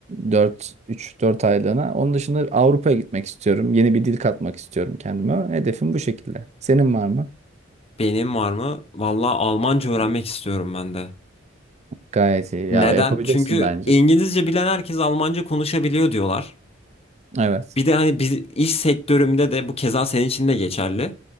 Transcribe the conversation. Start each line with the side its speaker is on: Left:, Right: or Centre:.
Right: 4 3 4 aylığına. Onun dışında Avrupa'ya gitmek istiyorum. Yeni bir dil katmak istiyorum kendime. Hedefim bu şekilde. Senin var mı?
Left: Benim var mı? Vallahi Almanca öğrenmek
Right: Evet.
Left: istiyorum ben de.
Right: Gayet iyi.
Left: Neden?
Right: Ya yapabilirsin
Left: Çünkü
Right: bence.
Left: İngilizce bilen herkes Almanca konuşabiliyor diyorlar.
Right: Evet.
Left: Bir de hani biz iş sektörümde de bu keza senin için de geçerli.